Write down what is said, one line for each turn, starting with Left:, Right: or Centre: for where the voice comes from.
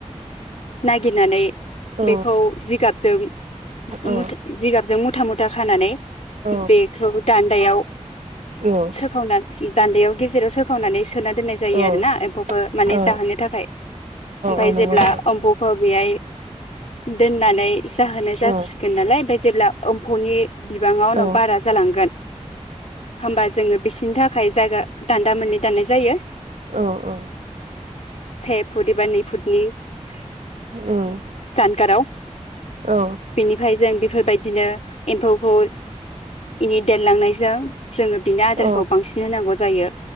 Left: नागिरनानै
Right: औ
Left: बेखौ जिगाबजों
Right: औ
Left: मुथे जिगाबजों मुथ मुथा मुथा खानानै
Right: औ
Left: बेखौ दान्दायाव
Right: औ
Left: सो दान्दैआव गेजेराव सोखावनानै सो सोना दोननाय जायो
Right: औ
Left: आरो ना एम्फौखौ माने
Right: औ
Left: जाहोनो थाखाय ओमफाय
Right: औ नंगौ
Left: जेब्ला
Right: नोंथां
Left: एमफौखौ बेहाय दोननानै जाहोनाय जासिगोन
Right: औ
Left: नालाय ओमफ्राय जेब्ला ओम्फौनि बिबाङा उनाव
Right: औ
Left: बारा जालांगोन होमबा जोङो <unintelligible> थाखाय जायगा दान्दा मोननै दान्नाय जायो
Right: औ औ
Left: से फुट एबा नै फुटनि <inaudible>
Right: उम
Left: जानगाराव
Right: औ
Left: बिनिफ्राय जों बेफोरबायदिनो एम्फौखौ इनि देरलांनायजों जोङो बिनि आदारखौ
Right: औ
Left: बांसिन होनांगौ जायो